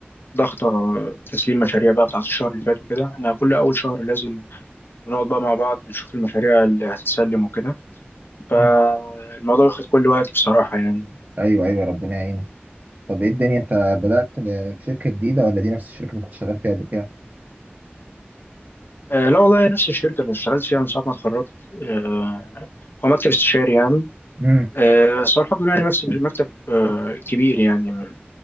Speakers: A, on the left (about 60°); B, on the right (about 45°).
A: ضغطة تسليم مشاريع بقى بتاعت الشهر اللي فات وكده احنا كل أول شهر لازم بنقعد بقى مع بعض نشوف المشاريع اللي هتتسلم وكده فالموضوع
B: مم.
A: واخد كل وقتي بصراحة يعني
B: ايوه ايوه ربنا يعينك، طب ايه الدنيا انت بدأت في شركة جديدة ولا دي نفس الشركة اللي كنت شغال فيها قبل كده؟
A: آه، لا والله نفس الشركة اللي اشتغلت فيها من ساعة ما اتخرجت آه، هو مكتب استشاري يعني
B: مم.
A: آه، بس هو الحمد لله يعني مكتب مكتب آه، كبير يعني